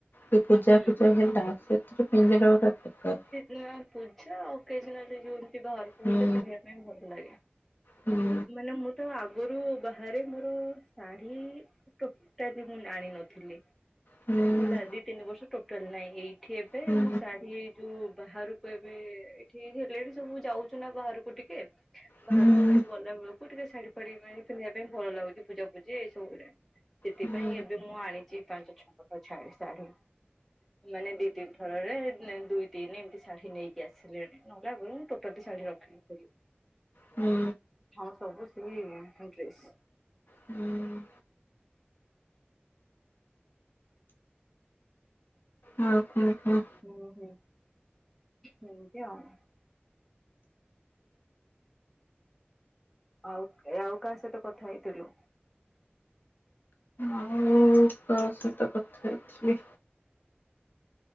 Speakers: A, on the left (about 55°); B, in the centre.
A: କି ପୂଜାଫୂଜା
B: ହୁଁ।
A: ହେଲା ସେଥିରେ ପିନ୍ଧିଲେ ଗୋଟା ପ୍ରକାର।
B: ନା ପୂଜା ଓକେଜନାଲି ଯୋଉ ଘରକୁ
A: ହୁଁ
B: ଗଲେ ପିନ୍ଧିବା ପାଇଁ ଭଲ ଲାଗେ।
A: ହୁଁ
B: ମାନେ ମୁଁ ତ ଆଗରୁ ବାହାରେ ମୋର ଶାଢୀ ଟୋଟାଲି ମୁଁ ଆଣି ନଥିଲି।
A: ହୁଁ ହୁଁ
B: ହେଲା ଦି ତିନି ବର୍ଷ ଟୋଟାଲ ନାହିଁଁ। ଏଇଠି ଏବେ
A: ହୁଁ
B: ମୁଁ ଶାଢୀ ଯୋଉ ବାହାରକୁ ଏବେ ଏଠି ହେଲେଣି ସବୁ ଯାଉଛୁ ନା ବାହାରକୁ ଟିକେ
A: ହୁଁ
B: ବାହାରକୁ ଗଲା ବେଳକୁ ଟିକେ ଶାଢୀ ଫାଡି ପିନ୍ଧିବା ପାଇଁ ଭଲ ଲାଗୁଚଛି ପୂଜାପୂଜି ଏଇ ସବୁରେ ସେଥିପାଇଁ
A: ହୁଁ
B: ଏବେ ମୁଁ ଆଣିଛି ପାଞ୍ଚ ଛଅଟା ଛା ଶାଢୀ। ମାନେ ଦି ତିନି ଥରରେ ଦୁଇ ତିନି ଏମିତି ଶାଢୀ ନେଇକି ଆସିଲିଣି। ନହେଲେ ଆଗରୁ ମୁଁ ଟୋଟାଲି ଶାଢୀ ରଖିନଥିଲି।
A: ହୁଁ
B: ହଁ ସବୁ ସିଏ ହାଙ୍କଲେସ୍।
A: ହୁଁ ହଁ ହଁ ହଁ
B: ହୁଁ ହୁଁ ସେମତି ଆଉ ଆଉ ଆଉ କାହା ସହିତ କଥା ହେଇଥିଲୁ?
A: ଆଉ ତୋ ସହିତ କଥା ହେଇଥିଲି।